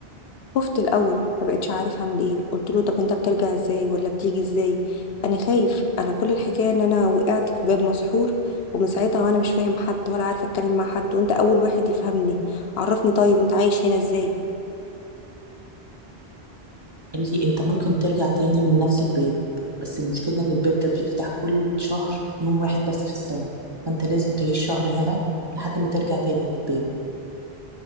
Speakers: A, on the left; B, on the right.
A: خفت الاول ما بقتش عارف اعمل ايه قلت له طب انت بترجع ازاي ولا بتيجي ازاي انا خايف انا كل الحكايه ان انا وقعت في باب مسحور ومن ساعتها وانا مش فاهم حد ولا عارفه اتكلم مع حد وانت اول واحد يفهمني عرفني طيب انت عايش هنا ازاي
B: قال لي انت ممكن ترجع تاني من نفس الباب بس المشكله ان الباب ده بيفتح كل شهر يوم واحد بس في السنه فانت لازم تعيش شهر هنا لحد ما ترجع تاني للباب